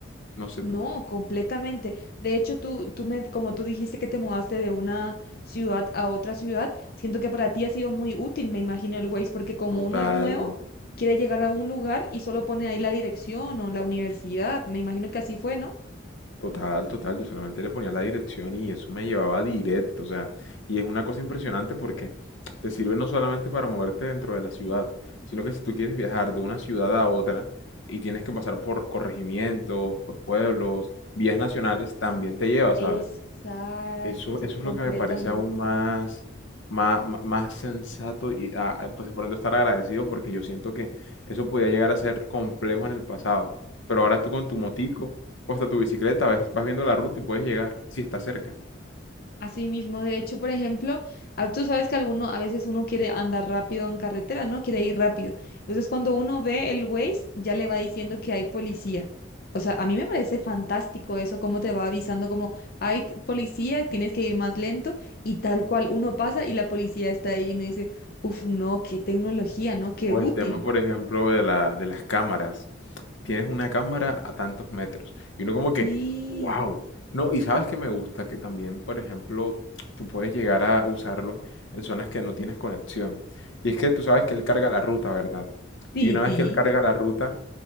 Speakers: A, on the left; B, on the left.
A: No sé
B: No,
A: tú.
B: completamente. De hecho, tú, tú me, como tú dijiste que te mudaste de una ciudad a otra ciudad, siento que para ti ha sido muy útil, me imagino, el Waze, porque como
A: Total,
B: uno es nuevo, quiere llegar a un lugar y solo pone ahí la dirección o la universidad. Me imagino que así fue, ¿no?
A: total, total. Yo solamente le ponía la dirección y eso me llevaba directo, o sea, y es una cosa impresionante porque te sirve no solamente para moverte dentro de la ciudad, sino que si tú quieres viajar de una ciudad a otra y tienes que pasar por corregimientos, por pueblos, vías nacionales, también te lleva,
B: Exacto,
A: ¿sabes? Eso, eso
B: completamente.
A: es lo que me parece aún más, má- má- más, sensato y ah, ah, pues por ende estar agradecido porque yo siento que eso podía llegar a ser complejo en el pasado. Pero ahora tú con tu motico o hasta tu bicicleta vas, vas viendo la ruta y puedes llegar si está cerca.
B: Así mismo, de hecho, por ejemplo, ah, tú sabes que alguno, a veces uno quiere andar rápido en carretera, ¿no? Quiere ir rápido. Entonces, cuando uno ve el Waze, ya le va diciendo que hay policía. O sea, a mí me parece fantástico eso, cómo te va avisando, como hay t- policía, tienes que ir más lento y tal cual uno pasa y la policía está ahí y uno dice, uf, no, qué tecnología, ¿no? Qué
A: O
B: útil.
A: el tema, por ejemplo, de la, de las cámaras. tienes una cámara a tantos metros. Y uno como que,
B: Sí,
A: wow. No, y sabes que me gusta que también, por ejemplo, tú puedes llegar a usarlo en zonas que no tienes conexión. Y es que tú sabes que él carga la ruta, ¿verdad?
B: sí,
A: Y una
B: sí,
A: vez que él carga la ruta,